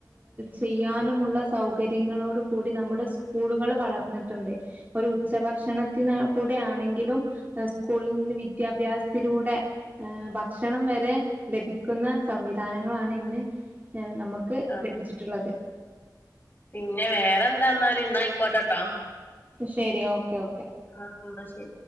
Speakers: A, on the right; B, on the left.
A: ചെയ്യാനുമുള്ള സൗകര്യങ്ങളോട് കൂടി നമ്മുടെ സ്കൂളുകൾ വളർന്നിട്ടുണ്ട് ഒരു ഉച്ചഭക്ഷണത്തിന് കൂടെ ആണെങ്കിലും സ്കൂളിൽ നിന്ന് വിദ്യാഭ്യാസത്തിലൂടെ ഭക്ഷണം വരെ ലഭിക്ക ക്കുന്ന സംവിധാനങ്ങളാണ് ഇന്ന്. നമുക്ക്
B: ആ
A: ലഭിച്ചിട്ടുള്ളത്.
B: പിന്നെ വേറെ എന്താന്നാല ഇന്നായിക്കോട്ടെട്ടോ.
A: ശരി ഓക്കെ ഓക്കെ.
B: ആ എന്ന ശരി